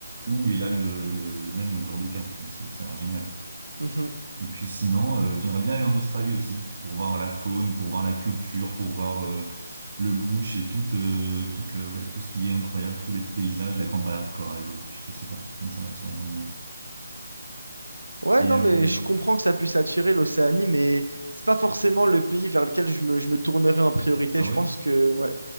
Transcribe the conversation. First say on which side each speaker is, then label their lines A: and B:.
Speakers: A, on the right (about 50°); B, on the right (about 85°).
A: où il y a le, le- le même genre de cas. Donc c'est, ça a l'air génial.
B: Mhm.
A: Et puis sinon, euh, j'aimerais bien aller en Australie aussi, pour voir la faune, pour voir la culture, pour voir euh, le bush et tout, euh, toute le- ouais, tout ce qui est incroyable, tous les paysages, la grande balade de corail, euh, je sais pas. Moi, ça m'attire énormément.
B: Ouais,
A: Et
B: non,
A: euh,
B: mais je comprends que ça puisse attirer l'Océanie, mais c'est pas forcément le pays vers lequel je me, je me tournerai en priorité.
A: ah
B: Je
A: ouais?
B: pense que, ouais,